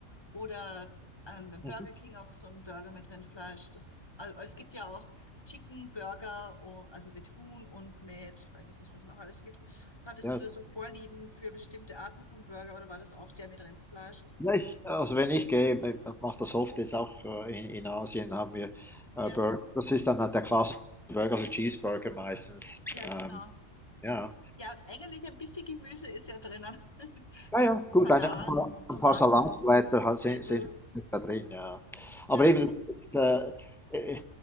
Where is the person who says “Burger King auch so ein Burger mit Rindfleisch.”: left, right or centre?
Left